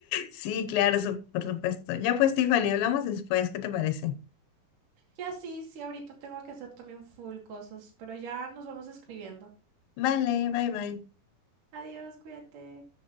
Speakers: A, on the left; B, on the right.
A: Sí, claro, su- por supuesto. Ya, pues, Tiffany, hablamos después, ¿qué te parece?
B: Y así, sí, ahorita tengo que hacer también full cosas, pero ya nos vamos escribiendo.
A: Vale, bye bye.
B: Adiós, cuídate.